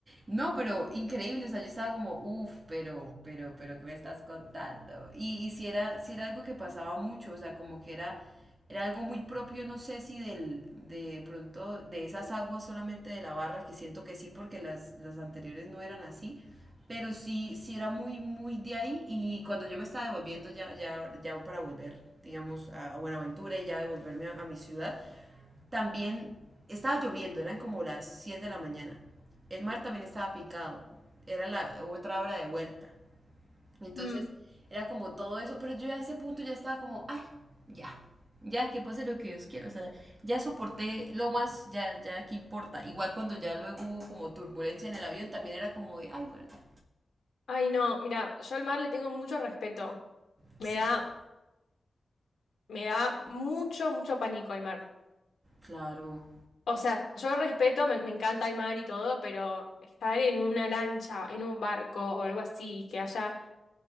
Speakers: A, on the right; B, on the left.
A: No, pero increíble, o sea, yo estaba como, uff, pero, pero, pero, ¿qué me estás contando? Y, y si era, si era algo que pasaba mucho, o sea, como que era, era algo muy propio, no sé si del, de pronto, de esas aguas solamente de la barra, que siento que sí, porque las, las anteriores no eran así, pero sí, sí era muy, muy de ahí, y cuando yo me estaba devolviendo ya, ya, ya para volver, digamos, a a Buenaventura y ya devolverme a a mi ciudad, también estaba lloviendo, eran como las 7 de la mañana. El mar también estaba picado, era la otra hora de vuelta. Entonces
B: mm.
A: era como todo eso, pero yo a ese punto ya estaba como, ay, ya, ya que pase lo que Dios quiera, o sea, ya soporté lo más, ya, ya, ¿qué importa? Igual cuando ya luego hubo como turbulencia en el avión, también era como de, ay, bueno, ya".
B: Ay, no, mira, yo al mar le tengo mucho respeto.
A: sí,
B: Me da, me da mucho, mucho pánico el mar.
A: claro,
B: O sea, yo respeto, me, me encanta el mar y todo, pero estar en una lancha, en un barco o algo así, que haya